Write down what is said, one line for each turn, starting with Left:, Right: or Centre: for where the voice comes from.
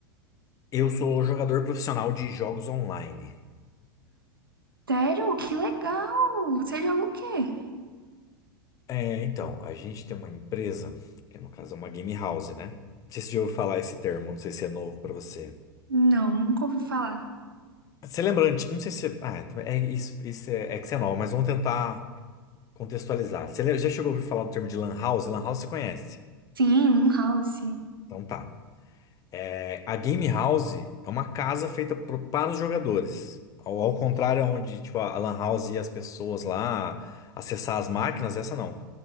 Left: eu sou jogador profissional de jogos online.
Right: Sério? Que legal! Você joga o quê?
Left: É, então, a gente tem uma empresa, que no caso é uma game house, né? Não sei se você já ouviu falar esse termo, não sei se é novo para você.
Right: Não, nunca ouvi falar.
Left: Você lembra, anti- não sei se, ah, é, é isso, isso é, é que você é nova, mas vamos tentar contextualizar. Você le- já chegou a ouvir falar do termo de lan house? Lan house você conhece?
Right: Sim, um House, sim.
Left: Então tá. É, a game house é uma casa feita pro- para os jogadores. Ao, ao contrário, onde tipo, a a lan house e as pessoas lá acessar as máquinas, essa não.